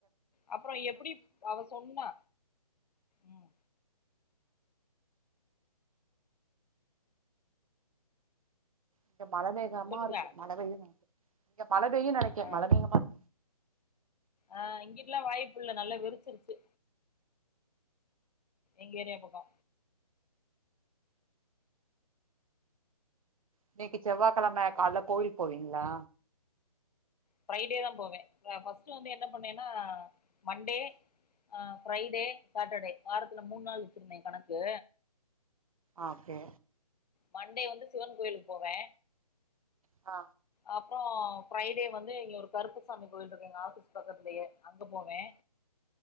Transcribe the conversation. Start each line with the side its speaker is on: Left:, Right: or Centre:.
Left: அப்றோ எப்டிப் அவ சொன்னா ம்
Right: இங்க மழ மேகமாருக்கு
Left: சொல்லுங்க
Right: மழ பெய்யு நெனைக்கே இங்க மழ பெய்யு நெனைக்கே
Left: ஆ
Right: மழ மேகமாருக்கு
Left: ஆ இங்கிட்லா வாய்ப்பில்ல நல்லா வெறுச்சுருச்சு எங்க ஏரியா பக்கோ
Right: இன்னிக்கி செவ்வா கெழம கால்ல கோயில் போவீங்களா.
Left: ஃப்ரைடே தா போவே ஃபஸ்ட்டு வந்து என்ன பண்ணேனா மண்டே ஆ ஃப்ரைடே சாட்டர்டே வாரத்துல மூண் நாள் வச்சுருந்தே கணக்கு
Right: ஆ ஓகே
Left: மண்டே வந்து சிவன் கோயில்க்கு போவே
Right: ஆ
Left: அப்ரோ ஃப்ரைடே வந்து இங்க ஒரு கருப்பசாமி கோயிலிருக்கு எங்க ஆஃபீஸ் பக்கத்லயே அங்க போவே